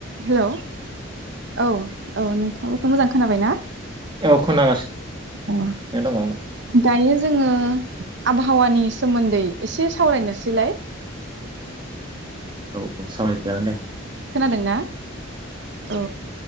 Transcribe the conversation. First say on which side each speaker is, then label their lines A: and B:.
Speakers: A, on the right; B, on the right.
A: Hello औ औ नोंथांङाबो खो मोजां खोनाबाय ना?
B: औ खोनागासिनो
A: अ
B: दङ।
A: दायो जोङो आबहावानि सोमोन्दै एसे सावरायनोसैलाय।
B: औ औ सावराय जागोन दे।
A: खोनादोंना? औ।